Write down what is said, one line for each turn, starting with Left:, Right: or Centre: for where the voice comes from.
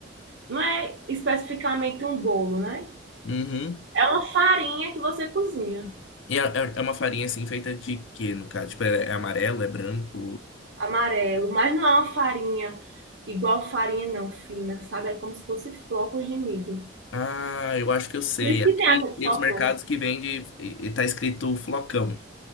Right: não é especificamente um bolo, né?
Left: Uhum.
Right: É uma farinha que você cozinha,
Left: E é, é é uma farinha assim feita de quê, no caso? Tipo, é, é amarelo, é branco?
Right: amarelo, mas não é uma farinha igual farinha não, fina, sabe? É como se fosse flocos de milho.
Left: Ah, eu acho que eu sei.
Right: Por isso
Left: Aqui
Right: que tem aquele
Left: tem
Right: flocão.
Left: os mercados que vende e, e tá escrito flocão.